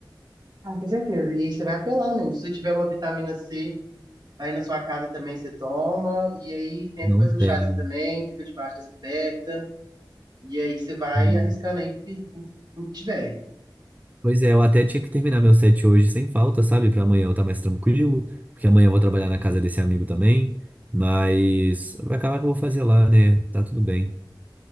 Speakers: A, on the right (about 55°); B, on the right (about 20°).
A: Ah, com certeza. E você vai apelando mesmo. Se você tiver uma vitamina C aí na sua casa também, você toma. E aí tenta
B: Não
A: fazer
B: tem.
A: o chazinho também, fica debaixo das cobertas. E aí você vai
B: Hum.
A: arriscando aí pro que, pro, pro que tiver.
B: Pois é, eu até tinha que terminar meu set hoje sem falta, sabe? Pra amanhã eu estar mais tranquilo, porque amanhã eu vou trabalhar na casa desse amigo também, mas vai acabar que eu vou fazer lá, né? Tá tudo bem.